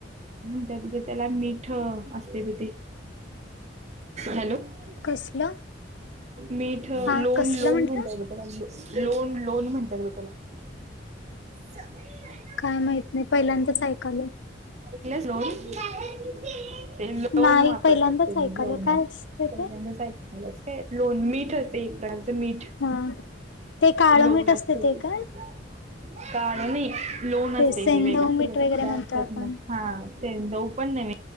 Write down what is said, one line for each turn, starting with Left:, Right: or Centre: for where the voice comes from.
Right: म्ह त्या त्याला मिीठ असते ते <unintelligible> हॅलो <unintelligible>
Left: कसलं <unintelligible>
Right: मीठ
Left: हा
Right: लोन
Left: कसलं
Right: लोन
Left: म्हंटलं
Right: म्हणतय ब त्याला लोन लोन म्हणतय म त्याला <unintelligible> च <unintelligible>
Left: काय माहित नाही पहिल्यांदाच ऐकाल <unintelligible>
Right: कला लोन <unintelligible> ते लोन
Left: नाही
Right: वापर
Left: पहिल्यांदाच
Right: करते मी
Left: ऐकालोय
Right: जेवणात
Left: काय असतं
Right: पहिल्यांदा
Left: ते?
Right: सा <unintelligible> मस काय लोन मीठ असते एक प्रा <unintelligible> मीठ
Left: हा ते काळं
Right: लो
Left: मीठ असतं
Right: असत
Left: ते काय?
Right: <unintelligible> काळ नाही लोन असतेय
Left: सेंधव
Right: ते वेग असते
Left: मीठ
Right: का
Left: वगैरे
Right: सगळ्या
Left: म्हणतो
Right: असत
Left: आपण.
Right: <unintelligible> हा सेड पण न